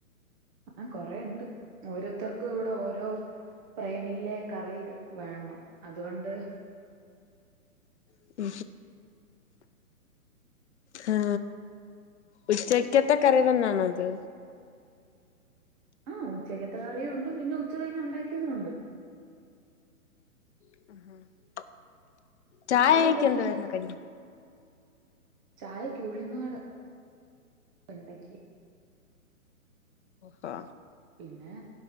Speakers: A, on the right (about 30°); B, on the left (about 50°).
A: ആ കൊറെണ്ട് ഓരോരുത്തർക്കു ഇവടെ ഓരോ പ്രേമിയിലെ കറി വേണം അതുകൊണ്ട്
B: <inaudible> ഹാ ഉച്ചക്കത്തെ കറി തന്നാണോ ഇത്.?
A: ആ ഉച്ചക്കത്തെ കറിയും ഉണ്ട് പിന്നെ ഉച്ച കഴിഞ് ഒണ്ടാക്കിതുണ്ട്.
B: <inaudible> ചായയൊക്കെ
A: അവിടെ എന്തൊക്കെയുണ്ട്?
B: എന്തുവായിരുന്നു കടി
A: ചായക്ക് ഉഴുന്നടെ ഉണ്ടാക്കി.
B: ആ
A: പിന്നെ